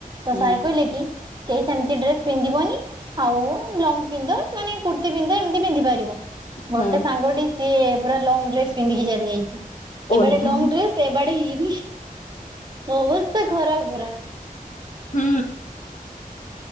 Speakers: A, on the right (about 30°); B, on the left (about 55°).
A: ତ
B: ହୁଁ
A: ସାର୍ କହିଲେ କି କେହି ସେମିତି ଡ୍ରେସ୍ ପିନ୍ଧିବନି ଆଉ ଲଙ୍ଗ ପିନ୍ଧ ମାନେ କୁର୍ତ୍ତି ପିନ୍ଧ ଏମିତି ପିନ୍ଧି ପାରିବ। ଗୋଟେ
B: ହୁଁ
A: ସାଙ୍ଗଟି ସିଏ ପୁରା ଲଙ୍ଗ ଡ୍ରେସ ପିନ୍ଧିକି ଚାଲି ଯାଇଛି
B: ଓହୋ
A: ଏବେଡେ ଲଙ୍ଗ ଡ୍ରେସ୍ ଏ ବାଡ଼େ ହିଲ୍ ଅବସ୍ଥା ଖରାପ୍ ପୁରା।
B: ହୁଁ।